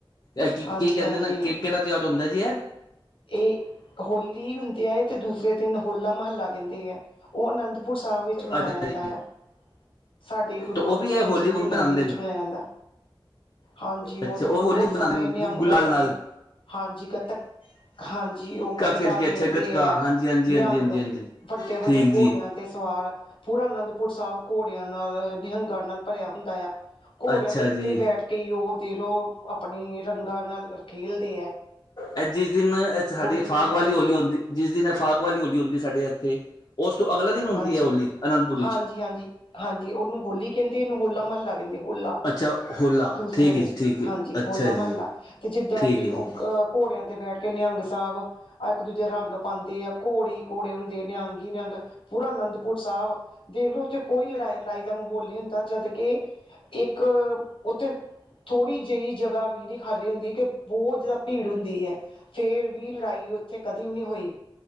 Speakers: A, on the left; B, on the left.
A: ਏ ਕੀ
B: ਹਾਂਜੀ
A: ਕੀ ਕਹਿੰਦੇ
B: ਹਾਂਜੀ
A: ਨੇ ਕਿ ਕਿਹੜਾ ਤਿਉਹਾਰ ਹੁੰਦਾ ਜੀ ਇਹ?
B: ਇਹ ਹੋਲੀ ਹੁੰਦੀ ਹੈ ਤੇ ਦੂਸਰੇ ਦਿਨ ਹੋਲਾ ਮਹੱਲਾ ਕਹਿੰਦੇ ਹੈ। ਉਹ ਅਨੰਦਪੁਰ ਸਾਹਿਬ ਵਿੱਚ ਮਨਾਇਆ
A: ਅੱਛਾ
B: ਜਾਂਦਾ
A: ਜੀ
B: ਆ। ਸਾਡੀ ਗੁਰੂ
A: ਤੇ
B: ਗੋਬਿੰਦ
A: ਉਹ ਵੀ ਇਹ
B: ਸਿੰਘ
A: ਹੋਲੀ
B: ਜੀ ਦੀ
A: ਵਾਂਗ
B: ਨਗਰੀ
A: ਮਨਾਉਂਦੇ
B: ਵਿੱਚ
A: ਨੇ
B: ਮਨਾਇਆ ਜਾਂਦਾ। ਹਾਂਜੀ, ਉਹ
A: ਅੱਛਾ
B: ਤਾਂ ਬਹੁਤ
A: ਹੋਲੀ
B: ਸਾਰੇ
A: ਮਨਾਉਂਦੇ
B: ਨਿਹੰਗ
A: ਗੁਲਾਲ
B: ਆਪਣੇ
A: ਨਾਲ
B: ਹਾਂਜੀ ਗਤਕ। ਹਾਂਜੀ, ਉਹ ਗੱਤਕਾ
A: ਖੇਲ ਕੇ
B: ਖੇਡਦੇ
A: ਅੱਛਾ ਗੱਤਕਾ
B: ਹੈ
A: ਹਾਂਜੀ ਹਾਂਜੀ
B: ਨਿਹੰਗ
A: ਹਾਂਜੀ ਹਾਂਜੀ ਹਾਂਜੀ
B: ਵੱਡੇ- ਵੱਡੇ
A: ਠੀਕ ਜੀ
B: ਘੋੜਿਆਂ। ਤੇ ਸਵਾਰ ਪੂਰਾ ਅਨੰਦਪੁਰ ਸਾਹਿਬ ਘੋੜਿਆਂ ਨਾਲ ਨਿਹੰਗਾਂ ਨਾਲ ਭਰਿਆ ਹੁੰਦਾ ਆ। ਘੋੜਿਆਂ
A: ਅੱਛਾ
B: ਦੇ ਉੱਤੇ
A: ਜੀ
B: ਬੈਠ ਕੇ ਹੀ ਉਹ ਦੇਖ ਲਓ ਆਪਣੇ ਰੰਗਾਂ ਨਾਲ ਖੇਲਦੇ ਹੈ।
A: ਇਹ ਜਿਸ ਦਿਨ ਇਹ ਸਾਡੀ
B: ਹੋਲੀ ਦੇ
A: ਫਾਗ
B: ਨਾਲ ਖੇਲਦੇ
A: ਵਾਲੀ ਹੋਲੀ
B: ਹੈ
A: ਹੁੰਦੀ। ਜਿਸ ਦਿਨ ਫਾਗ ਵਾਲੀ ਹੋਲੀ ਹੁੰਦੀ ਸਾਡੇ ਇੱਥੇ। ਉਸ ਤੋਂ ਅਗਲਾ ਦਿਨ? ਹੁੰਦੀ
B: ਹਾਂਜੀ,
A: ਹੈ ਹੋਲੀ ਅਨੰਦਪੁਰੀ
B: ਹਾਂਜੀ
A: 'ਚ
B: ਹਾਂਜੀ, ਹਾਂਜੀ ਉਹਨੂੰ ਹੋਲੀ ਕਹਿੰਦੇ। ਇਹਨੂੰ ਹੋਲਾ ਮਹੱਲਾ ਕਹਿੰਦੇ ਹੋਲਾ।
A: ਅੱਛਾ ਹੋਲਾ
B: ਦੂਸਰੇ
A: ਠੀਕ
B: ਦਿਨ
A: ਹੈ ਜੀ ਠੀਕ ਹੈ
B: ਹਾਂਜੀ
A: ਅੱਛਾ
B: ਹੋਲਾ ਮਹੱਲਾ
A: ਜੀ
B: ਤੇ ਜਿੱਦਾਂ
A: ਠੀਕ
B: ਕਿ
A: ਹੈ ਜੀ
B: ਉਹ। ਘੋੜਿਆਂ ਤੇ ਬੈਠ ਕੇ ਨਿਹੰਗ ਸਾਹਿਬ। ਆ ਇੱਕ ਦੂਜੇ ਦੇ ਰੰਗ ਪਾਉਂਦੇ ਆ ਘੋੜੇ ਹੀ ਘੋੜੇ ਹੁੰਦੇ ਆ ਨਿਹੰਗ ਹੀ ਨਿਹੰਗ। ਪੂਰਾ ਅਨੰਦਪੁਰ ਸਾਹਿਬ ਦੇਖਲੋ ਉੱਥੇ ਕੋਈ ਲੜਾਈ ਵੜਾਈ ਦਾ ਮਾਹੌਲ ਨਹੀਂ ਹੁੰਦਾ ਜਦ ਕਿ। ਇੱਕ ਉੱਥੇ ਥੋੜ੍ਹੀ ਜਿਹੀ ਜਗ੍ਹਾ ਵੀ ਨਹੀਂ ਖਾਲੀ ਹੁੰਦੀ ਕਿ ਬਹੁਤ ਜ਼ਿਆਦਾ। ਭੀੜ ਹੁੰਦੀ ਹੈ। ਫੇਰ ਵੀ ਲੜਾਈ ਉੱਥੇ ਕਦੇ ਵੀ ਨਹੀਂ ਹੋਈ।